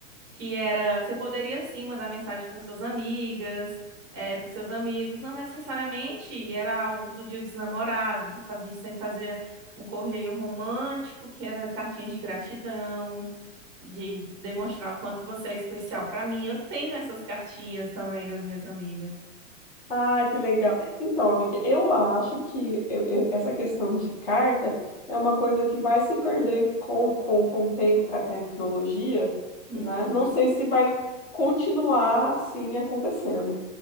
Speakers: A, on the right (about 20°); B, on the left (about 30°).
A: que era, você poderia sim mandar mensagem para suas amigas, é, para os seus amigos, não necessariamente era algo do dia dos namorados, e fazia- a gente sempre fazia um correio romântico, que era cartinhas de gratidão, de demonstrar o quanto você é especial para mim. Eu tenho essas cartinhas também das minhas amigas.
B: Ah, que legal. Então, amiga, eu acho que eu- eu- essa questão de carta é uma coisa que vai se perder com, com, com o tempo, com a tecnologia,
A: Uhum,
B: né? Não sei se vai continuar assim acontecendo.